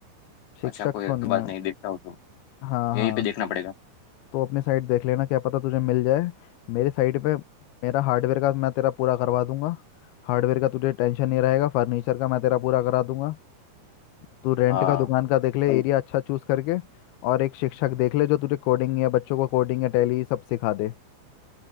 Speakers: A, on the left; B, on the left.
A: शिक्षक
B: अच्छा कोई
A: तो नहीं
B: बात
A: है
B: नहीं देखता हो तो
A: हाँ
B: यहीं
A: हाँ
B: पे देखना पड़ेगा
A: तो अपने साइड देख लेना क्या पता तुझे मिल जाए मेरे साइड पे मेरा हार्डवेयर का मैं तेरा पूरा करवा दूंगा हार्डवेयर का तुझे टेंशन नहीं रहेगा फर्नीचर का मैं तेरा पूरा करा दूंगा तू रेंट
B: हाँ
A: का दुकान का देख ले
B: वही,
A: एरिया अच्छा चूज करके और एक शिक्षक देख ले जो तुझे कोडिंग या बच्चों को कोडिंग या टैली सब सिखा दे